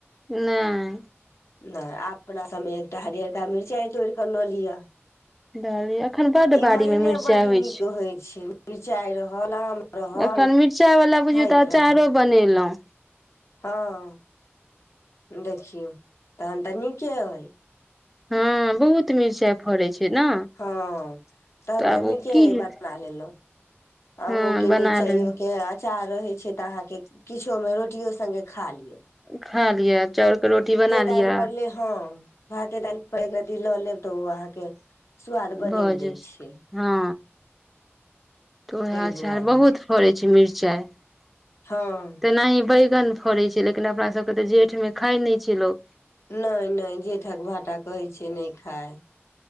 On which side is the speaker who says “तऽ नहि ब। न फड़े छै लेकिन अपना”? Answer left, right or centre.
Centre